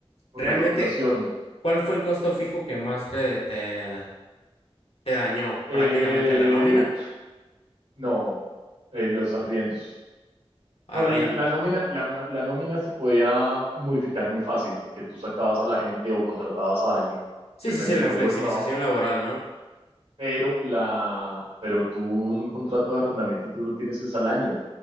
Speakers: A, on the right (about 85°); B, on the left (about 80°).
A: por
B: Realmente,
A: la facturación.
B: ¿cuál fue el costo fijo que más te, te, te dañó?
A: Eh,
B: ¿Prácticamente la nómina?
A: no, eh, los arriendos.
B: Arriendo.
A: No, la, la, la nómina, la, la nómina se podía modificar muy fácil porque tú sacabas a la gente o contratabas a alguien.
B: Sí,
A: Depende
B: sí, sí, la
A: del flujo
B: flexibilización
A: del trabajo
B: laboral, ¿no?
A: pero la, pero tú un contrato de arrendamiento tú lo tienes es al año